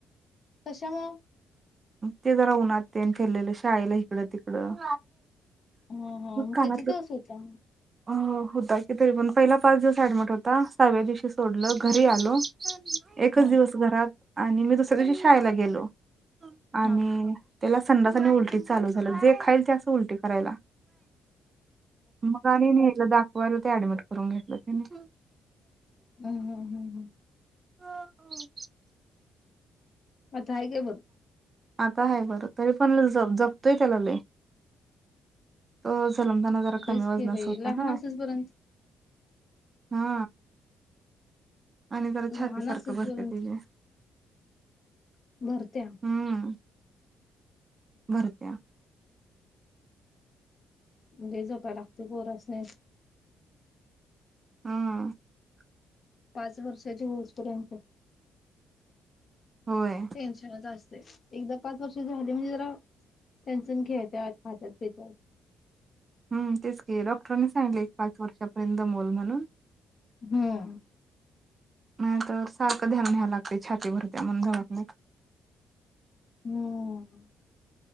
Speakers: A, on the left; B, on the right.
A: कशामुळ?
B: ते जरा उन्हात तेन फिरलेल शाळेला इकडं तिकडं..
A: हा हा मग
B: कानातलं
A: किती दिवस होता?
B: अ होता कि तरी पण पहिला पाच दिवस ऍडमिट होता, सहाव्या दिवशी सोडलं घरी आलो एकच
A: हा
B: दिवस घरात आणि मी दुसऱ्या दिवशी शाळेला गेलो. आणि
A: हा
B: त्याला संडास आणि उलटी चालू झालं जे खाईल ते असं उलटी करायला, मग आणि नेलं दाखवायला ते अडमिट.. करून घेतलं त्यांनी
A: हम्म हम्म हम्म हम्म
B: हा ह
A: म आता हाय काय बरं?
B: आता आहे बरं, तरी पण ज.. जपतोय त्याला लय तो... जलमताना जरा कमी
A: तेच
B: वजनाचा
A: की बाई
B: होता
A: लहान
B: ना
A: असुपर्यंत..
B: हा आणि जरा छाती
A: लहान
B: सारखं
A: असेस
B: भरत्या
A: पर्यंत
B: त्याची
A: भरत्या?
B: हम्म भरत्या.
A: लय जपाय लागतंय पोरासनी
B: हम
A: पाच वर्षाची होऊस पर्यंत
B: होय
A: टेन्शनच असतय एकदा पाच वर्ष झाली म्हणजे जरा त्यांच ती खेळत्यात, खात्यात, पित्यात
B: हम् तेच की डॉक्टरांनी सांगितलेएक पाच वर्षा.. पर्यंत दमवल म्हणून
A: हम्म
B: नाही तर सारखं ध्यान न्यावं लागते. छाती भरत्या म्हणून दवाखान्यात
A: हम